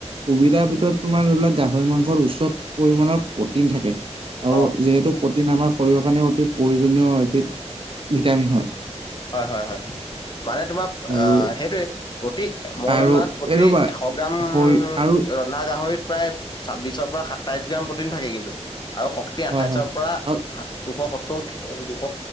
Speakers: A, on the right; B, on the left.
A: সুবিধাৰ ভিতৰত তোমাৰ ধৰি লওক গাহৰি মাংসৰ উচ্চ পৰিমাণৰ প্ৰটিন থাকে। আৰু
B: অঁ!
A: যিহেতু প্ৰটিন আমাৰ শৰীৰৰ কাৰণে অতি প্ৰয়জনীয় এবিধ- ভিটামিন হয়ঁ।
B: হয়ঁ হয়ঁ হয়ঁ মানে তোমাৰ
A: আৰু
B: আহ সেইটোৱে- প্ৰতি মই
A: আৰু
B: জনাত প্ৰতি
A: এই ৰ'বা
B: এশ গ্ৰাম
A: শৰীৰ আৰু
B: ৰন্ধা গাহৰিত। প্ৰায় ছাব্বিশৰ পৰা সাতাইশ গ্ৰাম প্ৰটিন থাকে কিন্তু আৰু শক্তি আঠাইছৰ
A: হয় হয়
B: পৰা
A: আৰু
B: সাত। দুশ সত্তৰ দুশ